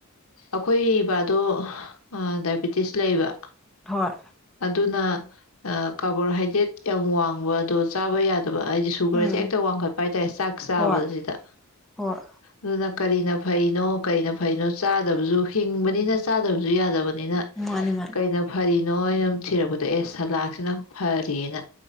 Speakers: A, on the left; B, in the centre.
A: ꯑꯩꯈꯣꯏ ꯏꯕꯥꯗꯣ ꯗꯥꯏꯕꯤꯇꯤꯁ ꯂꯩꯕ
B: ꯍꯣꯏ
A: ꯑꯗꯨꯅ ꯀꯥꯔꯕꯣꯍꯥꯏꯗ꯭ꯔꯦꯠ ꯌꯥꯝ ꯋꯥꯡꯕ ꯑꯗꯣ ꯆꯥꯎꯥꯕ ꯌꯥ ꯑꯗꯨ ꯑꯩꯗꯤ ꯁꯨꯒꯔꯁꯦ
B: ꯎꯝ
A: ꯍꯦꯛꯇ ꯋꯥꯡꯈꯠꯄ ꯍꯥꯏꯇꯥꯔꯦ ꯆꯥꯛ ꯆꯥꯕꯁꯤꯗ
B: ꯍꯣꯏ ꯍꯣꯏ
A: ꯑꯗꯨꯅ ꯀꯔꯤꯅ ꯐꯩꯅꯣ ꯀꯩꯅ ꯐꯩꯅꯣ ꯆꯥꯗꯕꯁꯨ ꯍꯤꯡꯕꯅꯤꯅ ꯆꯥꯗꯕꯁꯨ ꯌꯥꯗꯕꯅꯤ ꯅꯤꯅ
B: ꯃꯥꯅꯤ ꯃꯥꯅꯤ
A: ꯀꯩꯅꯣ ꯐꯔꯤ ꯅꯣꯏ ꯑꯗꯨꯝ ꯊꯤꯔꯛꯄꯗꯣ ꯑꯦ ꯁꯂꯥꯗꯁꯤꯅ ꯐꯔꯅ